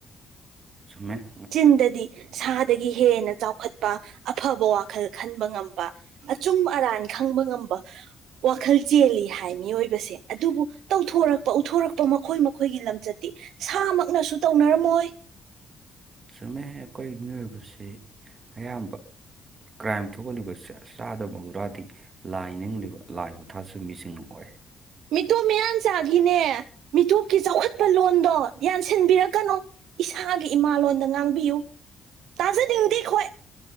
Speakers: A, on the right; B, on the right.
A: ꯁꯨꯝꯃꯦ
B: ꯆꯤꯟꯗꯗꯤ ꯁꯥꯗꯒꯤ ꯍꯦꯟꯅ ꯆꯥꯎꯈꯠꯄ ꯑꯐꯕ ꯋꯥꯈꯜ ꯈꯟꯕ ꯉꯝꯕ ꯑꯆꯨꯝ ꯑꯔꯥꯟ ꯈꯪꯕ ꯉꯝꯕ ꯋꯥꯈꯜ ꯆꯦꯜꯂꯤ ꯍꯥꯏ ꯃꯤꯑꯣꯏꯕꯁꯦ ꯑꯗꯨꯕꯨ ꯇꯧꯊꯣꯔꯛꯄ ꯎꯊꯣꯔꯛꯄ ꯃꯈꯣꯏ ꯃꯈꯣꯏꯒꯤ ꯂꯝꯆꯠꯇꯤ ꯁꯥꯃꯛꯅꯁꯨ ꯇꯧꯅꯔꯝꯃꯣꯏ
A: ꯆꯨꯝꯃꯦ ꯑꯩꯈꯣꯏ ꯃꯤꯑꯣꯏꯕꯁꯤ ꯑꯌꯥꯝꯕ ꯀ꯭ꯔꯥꯏꯝ ꯊꯣꯛꯒꯂꯤꯕꯁꯦ ꯆꯥꯗ <unintelligible> ꯇꯤ ꯂꯥꯏ ꯅꯤꯡꯂꯤꯕ ꯂꯥꯏꯕꯨ ꯊꯥꯁꯨ ꯃꯤꯁꯤꯡꯅ ꯑꯣꯏ
B: ꯃꯤꯇꯣꯞ ꯃꯤꯌꯥꯟꯆꯥꯥꯒꯤꯅꯦ ꯃꯤꯇꯣꯞꯀꯤ ꯆꯥꯎꯈꯠꯄ ꯂꯣꯟꯗꯣ ꯌꯥꯟꯁꯤꯟꯕꯤꯔꯛꯀꯅꯨ ꯏꯁꯥꯒꯤ ꯏꯃꯥꯂꯣꯟꯗ ꯉꯥꯡꯕꯤꯌꯨ ꯇꯥꯖꯅꯤꯡꯗꯦ ꯑꯩꯈꯣꯏ